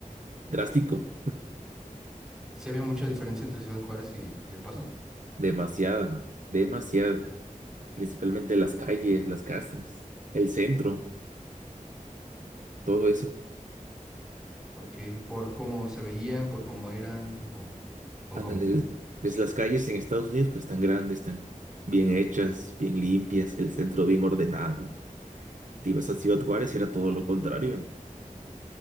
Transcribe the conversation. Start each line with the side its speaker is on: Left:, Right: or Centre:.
Right: drástico.
Centre: Sí había mucha diferencia entre Ciudad Juárez y, y El Paso,
Right: Demasiada, demasiada. Principalmente las calles, las casas, el centro, todo eso.
Centre: ok, por cómo se veían, por cómo eran o, o
Right: Ándale,
Centre: cómo.
Right: ves las calles en Estados Unidos, pues tan grandes, tan bien hechas, bien limpias, el centro bien ordenado Te ibas a Ciudad Juárez, era todo lo contrario.